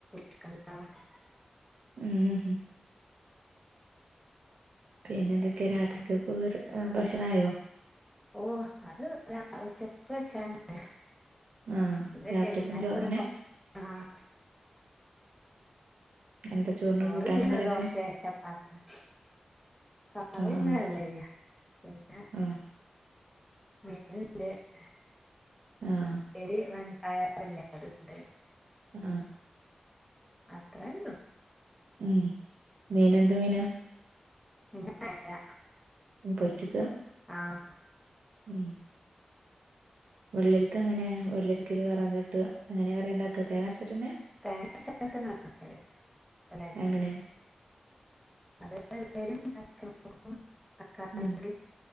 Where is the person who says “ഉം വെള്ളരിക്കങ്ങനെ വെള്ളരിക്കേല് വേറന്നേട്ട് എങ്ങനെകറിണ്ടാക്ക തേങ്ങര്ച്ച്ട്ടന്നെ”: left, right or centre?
Right